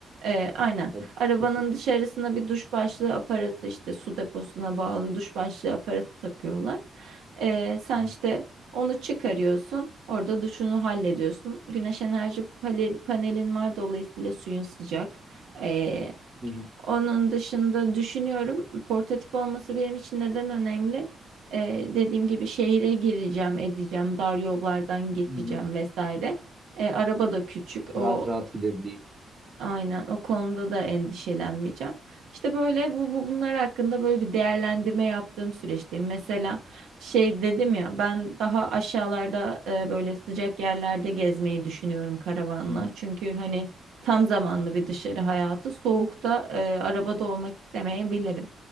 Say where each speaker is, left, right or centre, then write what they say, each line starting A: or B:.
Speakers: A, on the right (about 80°); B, on the right (about 35°).
A: E, aynen.
B: evet,
A: Arabanın
B: çok iyi.
A: dışarısına bir duş başlığı aparatı işte su deposuna bağlı duş başlığı aparatı takıyorlar. E, sen
B: Hı hı.
A: işte onu çıkarıyorsun. Orada duşunu hallediyorsun. Güneş enerji pale- panelin var dolayısıyla suyun sıcak. E,
B: Hı hı.
A: onun dışında düşünüyorum portatif olması benim için neden önemli? Ee, dediğim gibi şehire gireceğim, edeceğim, dar yollardan geçeceğim
B: Hı hı.
A: vesaire. Ee, araba da küçük. O
B: Rahat rahat gidebileyim.
A: Aynen o konuda da endişelenmeyeceğim. İşte böyle bu, bu bunlar hakkında böyle bir değerlendirme yaptığım süreçteyim. Mesela şey dedim ya ben daha aşağılarda e, böyle sıcak yerlerde gezmeyi düşünüyorum karavanla.
B: Hı hı.
A: Çünkü hani tam zamanlı bir dışarı hayatı soğukta e, arabada olmak istemeyebilirim.